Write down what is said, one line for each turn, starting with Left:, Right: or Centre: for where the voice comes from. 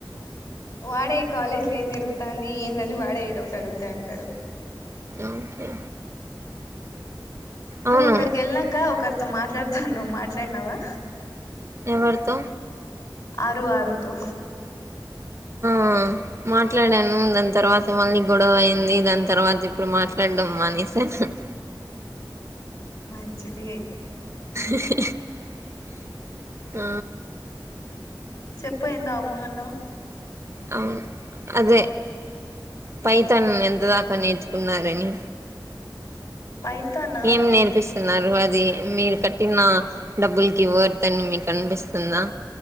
Left: వాడే ఈ కాలేజ్ లో ఏం జరుగుతాంది ఏందని వాడే ఏదో ఒకటి అడుగుతంటాడు
Right: ఓకే
Left: నువ్వు
Right: అవును
Left: అక్కడికి వెళ్ళాంక ఒకరితో మాట్లాడుతాను నువ్వు మాట్లాడినావా
Right: ఎవరితో
Left: ఆరు ఆరు తో
Right: ఆ మాట్లాడాను దాని తర్వాత మళ్ళీ గొడవ అయింది దాని తర్వాత ఇప్పుడు మాట్లాడడంమ్ అని <unintelligible>
Left: మంచిది
Right: <unintelligible> ఆ
Left: చెప్పు ఎందో అవును అన్నవ్
Right: అవున్ అదే పైతన్ ఎంత దాకా నేర్చుకున్నారని
Left: పైతానా
Right: ఏం నేర్పిస్తున్నారు అ అది మీరు కట్టిన డబ్బులకి వర్త అని మీకు అనిపిస్తుందా